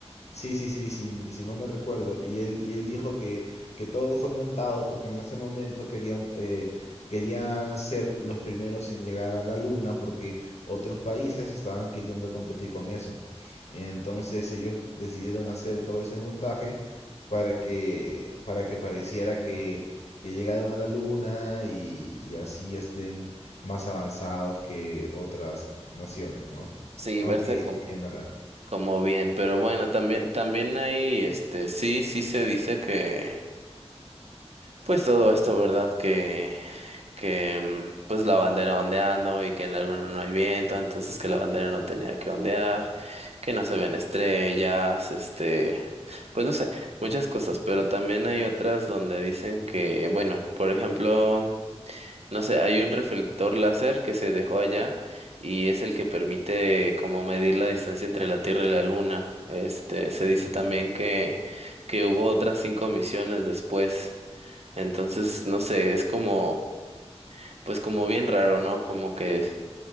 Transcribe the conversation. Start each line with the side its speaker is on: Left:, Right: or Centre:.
Left: Sí, sí, sí, sí, si mal no recuerdo. Y él, y él dijo que, que todo fue montado porque en ese momento querían, eh, querían ser los primeros en llegar a la luna porque otros países estaban queriendo competir con eso. Entonces ellos decidieron hacer todo ese montaje para que, para que pareciera que, que llegaron a la luna y, y así estén más avanzados que otras naciones, ¿no?
Right: Sí,
Left: Aunque
Right: verse como,
Left: en verdad
Right: como bien. Pero bueno, también, también hay, este, sí, sí se dice que Pues todo esto, ¿verdad? Que, que mm, pues la bandera ondeando y que en la luna no hay viento, entonces que la bandera no tenía que ondear, que no se ven estrellas, este, pues no sé, muchas cosas, pero también hay otras donde dicen que, bueno, por ejemplo, no sé, hay un reflector láser que se dejó allá y es el que permite como medir la distancia entre la Tierra y la Luna. Este, se dice
Left: no.
Right: también que, que hubo otras cinco misiones después entonces, no sé, es como, pues como bien raro, ¿no? Como que,